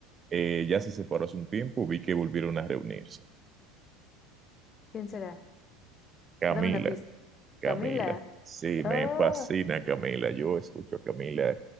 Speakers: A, on the right; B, on the left.
A: eh, ya se separó hace un tiempo, vi que volvieron a reunirse.
B: ¿Quién será?
A: Camila.
B: Dame una pista.
A: Camila.
B: Camila.
A: Sí, me
B: Oh.
A: fascina Camila. Yo escucho a Camila